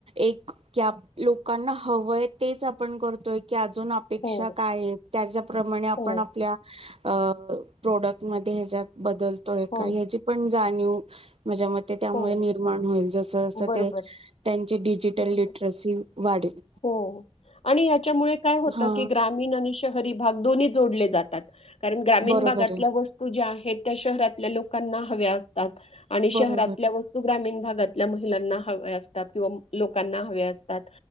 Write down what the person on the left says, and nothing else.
हो,
हो,
हो,
हो.
बरोबर,
बरोबर.
हो आणि याच्यामुळे काय होत
की ग्रामीण आणि श हरी भाग दोन्ही जोडले जातात. कारण ग्रामीण
भागातल्या
वस्तू ज्या आहेत त्या शहरातल्या लोकांना हव्या असतात आणि
शहरात तल्या वस्तू ग्रामीण भागातल्या मु लाना हव्या असतात किंव्हा लोकांना हव्या असतात